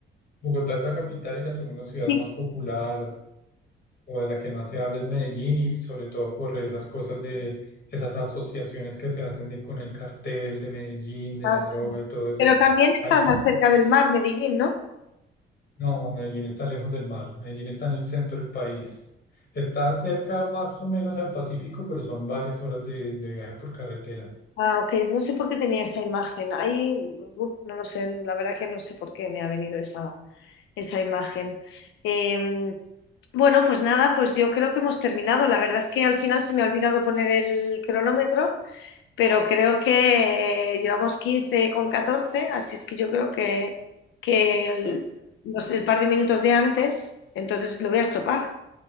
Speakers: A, on the left; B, on the left.
A: Bogotá es la capital y la segunda ciudad
B: sí.
A: más popular o, o de la que más se habla es Medellín y sobre todo por esas cosas de esas asociaciones que se hacen de, con el cartel de Medellín, de
B: Ah,
A: la droga
B: sí.
A: y todo eso.
B: Pero también estás
A: Allí,
B: más cerca del mar, Medellín, ¿no?
A: no, Medellín está lejos del mar. Medellín está en el centro del país. Está cerca más o menos al Pacífico, pero son varias horas de, de viaje por carretera.
B: Ah, ok, no sé por qué tenía esa imagen. Ahí, uf, no lo sé, la verdad que no sé por qué me ha venido esa, esa imagen. Eh, bueno, pues nada, pues yo creo que hemos terminado. La verdad es que al final se me ha olvidado poner el cronómetro, pero creo que eh, llevamos 15 con 14. así es que yo creo que, que el,
A: También,
B: los- el par de minutos de antes, entonces lo voy a estopar.